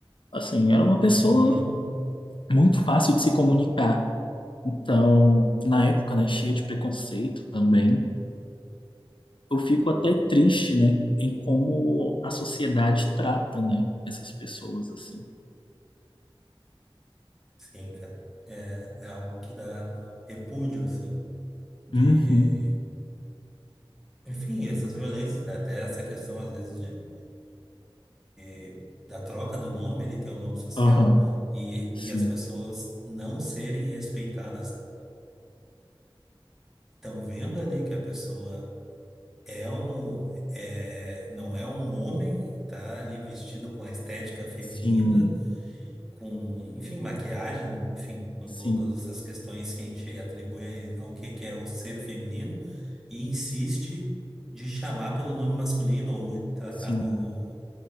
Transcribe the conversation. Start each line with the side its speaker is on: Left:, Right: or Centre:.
Left: assim, era uma pessoa
Centre: Uhum.
Left: muito fácil de se comunicar. Então, na época, né, cheia de preconceito também, eu fico até triste, né, em como a sociedade trata, né, essas pessoas, assim.
Centre: Sim, cara. É, é algo que dá repúdio, assim, de
Left: Uhum,
Centre: Enfim, essas violências, né? Até essa questão, às vezes, de, de- da troca do nome, ele tem um nome social,
Left: aham,
Centre: e,
Left: sim,
Centre: e as pessoas não serem respeitadas. Estão vendo ali que a pessoa é um, é, é, não é um homem, tá ali vestido com a estética feminina,
Left: sim,
Centre: com, enfim, maquiagem, enfim, com
Left: sim,
Centre: todas as questões que a gente atribui ao que que é o ser feminino e insiste de chamar pelo nome masculino ou tratar
Left: sim,
Centre: no,